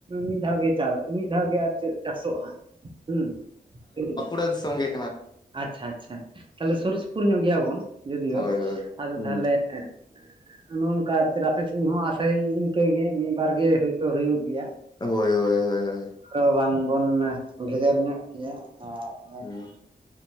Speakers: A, on the right (about 30°); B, on the left (about 25°).
A: ᱢᱤᱫ ᱫᱷᱟᱣ ᱜᱮ ᱪᱟᱥ ᱢᱤᱫ ᱫᱷᱟᱣ ᱜᱮ ᱪᱮᱫ ᱪᱟᱥᱚᱜ-ᱟ ᱦᱩᱸ, ᱦᱩᱲᱩ ᱫᱚ᱾
B: ᱠᱟᱹ ᱫᱤᱥᱚᱢ ‌ᱜᱮ᱾
A: ᱟᱪᱪᱷᱟ ᱟᱪᱪᱷᱟ, ᱛᱟᱦᱚᱞᱮ ᱥᱩᱨ ᱥᱩᱯᱩᱨ ᱧᱚᱜ ᱜᱮᱭᱟ ᱵᱚᱱ ᱡᱚᱫᱤᱭᱳ
B: ᱦᱳᱭ ᱦᱳᱭ
A: ᱟᱫᱚ
B: ᱦᱩᱸ
A: ᱛᱟᱦᱞᱮ ᱮᱜ ᱟ ᱱᱚᱜ ᱚᱱᱠᱟᱨ ᱪᱮᱫᱟᱜ ᱟᱯᱮ ᱥᱮᱱ ᱦᱚᱸ ᱟᱥᱟ ‌ᱭᱟᱹᱧ‌ ᱤᱱᱠᱟᱹ ᱜᱮ ᱢᱤᱜ ᱵᱟᱨ ᱜᱮ ᱦᱚᱭᱛᱚ ᱦᱩᱭᱩᱜ ᱜᱮᱭᱟ᱾
B: ᱦᱳᱭ ᱦᱳᱭ ᱦᱳᱭ ᱦᱳᱭ
A: ᱛᱚ ᱵᱟᱝ ᱵᱚᱱ ᱵᱷᱮᱜᱟᱨ ᱧᱚᱜ ᱜᱮᱭᱟ ᱟᱨ
B: ᱦᱩᱸ